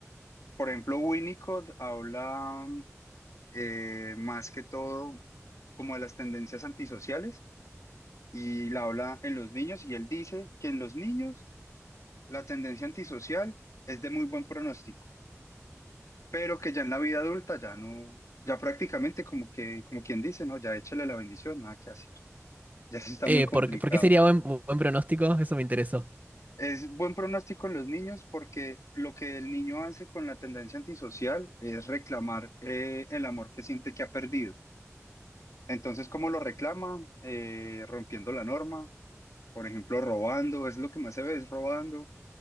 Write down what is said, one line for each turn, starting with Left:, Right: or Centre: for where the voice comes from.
Left: Por ejemplo, Winnicott habla mm, eh, más que todo como de las tendencias antisociales y la habla en los niños y él dice que en los niños la tendencia antisocial es de muy buen pronóstico, pero que ya en la vida adulta ya no, ya prácticamente como que, como quien dice, no, ya échale la bendición, nada que hacer, <laughs> ya se está
Right: Eh,
Left: muy complicado.
Right: ¿por, por qué sería buen, buen pronóstico? Eso me interesó.
Left: Es buen pronóstico en los niños porque lo que el niño hace con la tendencia antisocial es reclamar eh, el amor que siente que ha perdido. Entonces, ¿cómo lo reclama? Eh, rompiendo la norma, por ejemplo, robando, es lo que más se ve, es robando,